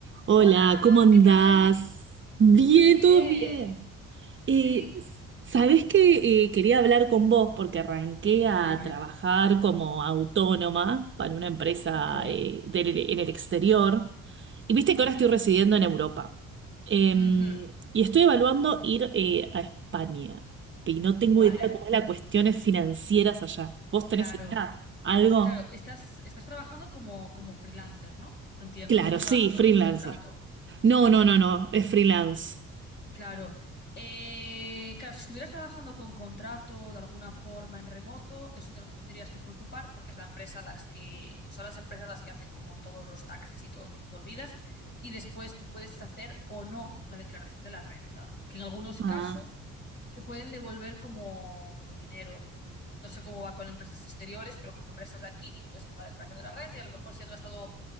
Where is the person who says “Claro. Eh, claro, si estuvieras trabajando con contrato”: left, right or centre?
Left